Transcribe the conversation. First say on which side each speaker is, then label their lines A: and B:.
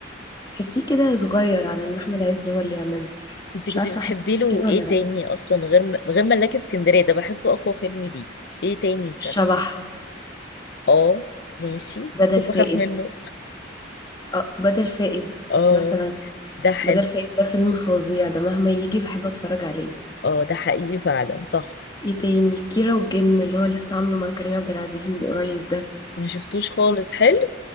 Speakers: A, on the left; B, on the left.
A: تحسيه كده صغير على ان احمد عز هو اللي يعمله
B: انت
A: مش
B: كنت
A: عارفه
B: بتحبي
A: حسيت
B: له
A: كده
B: ايه
A: ولا لا
B: تاني اصلا غير م... غير ملاك اسكندريه ده بحسه اقوى فيلم ليه ايه تاني
A: الشبح
B: كان اه ماشي
A: بدل
B: بس كنت
A: فائد
B: بخاف منه
A: اه بدل فائد
B: اه
A: مثلا
B: ده حلو
A: بدل فائد ده فيلم فظيع ده مهما يجي بحب اتفرج عليه
B: اه ده حقيقي فعلا صح
A: ايه تاني كيرة والجن اللي هو لسه عامله مع كريم عبد العزيز من قريب ده
B: ما شفتوش خالص حلو